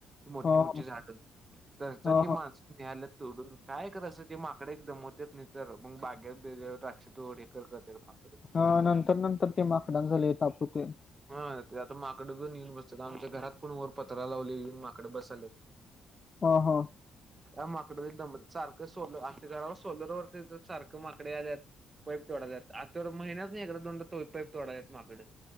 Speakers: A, on the right; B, on the left.
A: मोठी
B: ह
A: मोठी
B: ह
A: झाड. <inaudible> तरी चल
B: ह
A: की
B: ह
A: माणसं न्याल्यात तोडून. काय करायचं ते माकडं एक दमवतात नाही तर, मग बागेत बिगेत द्रा तोड हे कर करत माकड
B: अ नंतर नंतर ते माकडान झाले तापुते
A: हा ते आता माकड घेऊन येईल. मस्त आमच्या घरात पण वर पत्रा लावले येऊन माकडे बसाल्येत.
B: हा, हा.
A: या माकड नाही दमत. सारखं सोलर आमच्या घराला सोलर वरती सारखं माकडे आल्यात. पाईप तोडालेत. आता महिनातन एकदा, दोनदा पाईप तोडालेत माकडं.